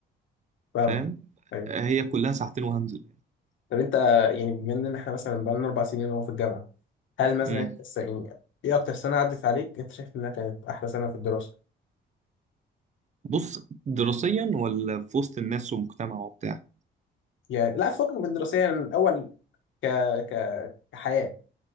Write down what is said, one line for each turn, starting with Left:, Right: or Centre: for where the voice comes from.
Left: فاهمه
Right: فاهم
Left: ايوه
Right: هي كلها ساعتين وهنزل
Left: طب انت يعني بما ان احنا مثلا بقالنا اربع سنين اهو في الجامعه هل مثلا
Right: امم
Left: انت الس- يعني ايه اكتر سنه عدت عليك انت شايف انها كانت احلى سنه في الدراسه
Right: بص دراسيا ولا في وسط الناس ومجتمع وبتاع
Left: يعني لا فكك من الدراسيه يعني من اول ك ك كحياه